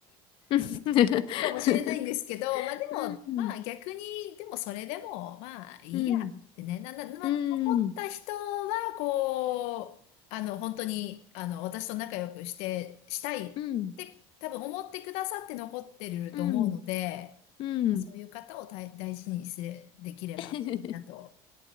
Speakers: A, on the left; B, on the left.
A: うん。<laughs>
B: かもしれないんですけど、まあでも、
A: うん。
B: まあ逆に、でもそれでも、まあいいやってね、
A: うん。
B: な、な、まあ残った人は、
A: うん。
B: こう、あの、本当に、あの、私と仲良くして、したいって多分思ってくださって残ってると思うので、
A: うん。うん。うん。うん。
B: まあそういう方を大、大事にすれ、できればいいなと、
A: <laughs>